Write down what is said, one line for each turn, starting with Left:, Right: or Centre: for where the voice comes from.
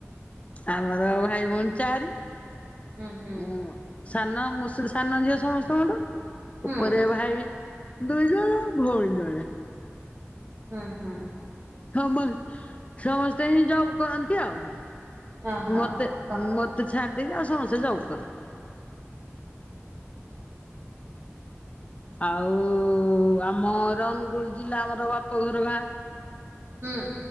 Left: ଆମର ଭାଇ ଭଉଣୀ ଚାରି।
Right: ହୁଁ ହୁଁ।
Left: ମୁଁ ସାନ ମୁଁ ସୁଦୁ ସାନ ଝିଅ ସମସ୍ତଙ୍କଠୁ
Right: ହୁଁ
Left: ଉପରେ ଭାଇ। ଦୁଇ ଜଣ ଭଉଣୀ ଜଣେ।
Right: ଉଁ ହୁଁ।
Left: ସମସ୍ତେ ସମ ସମସ୍ତେ ହିଁ ଜବ୍ କରନ୍ତି ଆଉ
Right: ଓହୋ
Left: ମତେ
Right: କ
Left: ମ ତେ ଛାଡ଼ିଦେଇକି ଆଉ ସମସ୍ତେ ଯବ କରନ୍ତି। ଆଉ ଆମର ଅନୁଗୁଳୁ ଜିଲ୍ଲା ଆମର ବାପଘର ଗାଁ।
Right: ହୁଁ।